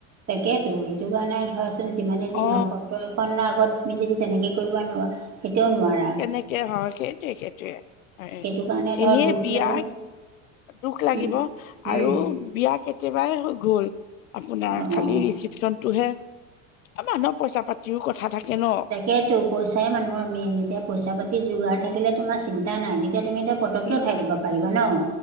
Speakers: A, on the right; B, on the left.
A: তাকেতো সেইটো কাৰণে ধৰাচোন যিমানে যি
B: অ
A: নহওঁক সত্ৰই <unintelligible> আগত তুমি যদি তেনেকে কৰিব নোৱা তেতিয়াও নোৱাৰা।
B: তেনেকে হয় সেইটোৱে, সেইটোৱে। <unintelligible>
A: সেইটো কাৰণে ধৰ
B: এনেই
A: দুখ
B: বিয়াৰ
A: লাগিব
B: দুখ লাগিব
A: উম,
B: আৰু
A: উম,
B: বিয়া কেতিয়াবাই হৈ গল। আপোনাৰ
A: অ'।
B: খালি ৰিচিপচনটোহে। এ মানুহৰ পইচা পাতিও কথা থাকে ন।
A: তাকেইতো পইচাই মানুহৰ মেইন, এতিয়া পইচা পাতি যোগাৰ থাকিলে তোমাৰ চিন্তা নাই তেতিয়া তুমি <unintelligible> পটককে
B: চিন্তা
A: উঠাই দিব পাৰিবা ন?